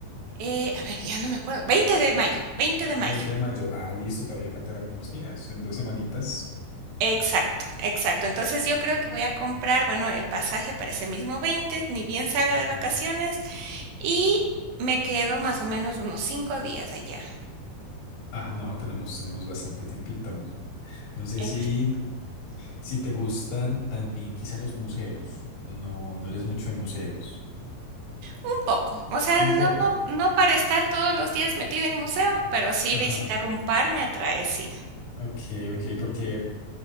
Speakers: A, on the right; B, on the left.
A: eh, a ver, ya no me acuerdo, 20 de mayo, 20 de mayo.
B: veinte de mayo, ah, listo, todavía faltan algunos días, en dos semanitas.
A: Exacto, exacto. Entonces, yo creo que voy a comprar, bueno, el pasaje para ese mismo 20 ni bien salga
B: Ajá.
A: de vacaciones, y me quedo más o menos unos 5 días allá.
B: Ah, no, tenemos, tenemos bastante tiempito. No sé
A: Exacto.
B: si, si te gustan también quizá los museos o no, no eres mucho de museos.
A: Un poco. O sea,
B: Un
A: no
B: poco.
A: no para estar todos los días metida en museo, pero sí
B: ajá
A: visitar un par me atrae, sí.
B: Ok, ok, porque,